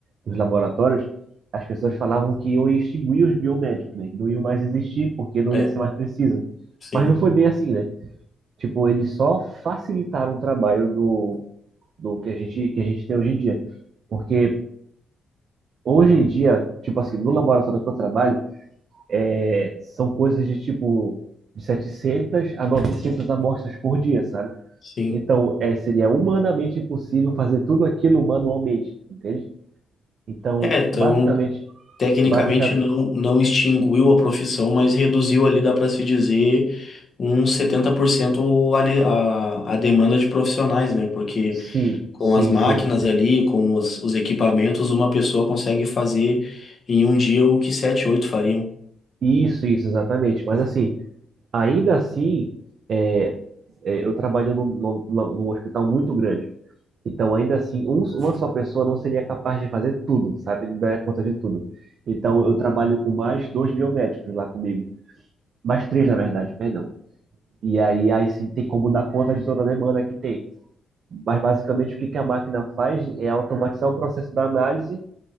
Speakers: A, on the right; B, on the left.
A: nos laboratórios, as pessoas falavam que iam extinguir os biomédicos, né? Que não iam mais existir, porque não
B: é,
A: ia ser mais preciso.
B: sim,
A: Mas não foi bem assim, né? Tipo, eles só facilitaram o trabalho do do que a gente, que a gente tem hoje em dia. Porque hoje em dia, tipo assim, no laboratório que eu trabalho, é, são coisas de tipo de 700 a 900 amostras por dia, sabe?
B: sim.
A: Então, é, seria humanamente impossível fazer tudo aquilo manualmente, entende? Então,
B: É, então.
A: basicamente,
B: Tecnicamente
A: básica,
B: não, não extinguiu a profissão, mas reduziu ali, dá para se dizer, uns 70% a, ne- a, a demanda de profissionais, né? Porque
A: sim,
B: com
A: sim,
B: as máquinas
A: sim.
B: ali, com os, os equipamentos, uma pessoa consegue fazer em um dia o que sete, oito fariam.
A: Isso, isso, exatamente. Mas assim, ainda assim, é, é, eu trabalho num, num, num hospital muito grande. Então, ainda assim, um- uma só pessoa não seria capaz de fazer tudo, sabe? Não daria conta de tudo. Então, eu trabalho com mais dois biomédicos lá comigo. Mais três, na verdade, perdão. E aí, aí sim, tem como dar conta de toda a demanda que tem. Mas, basicamente, o que que a máquina faz é automatizar o processo da análise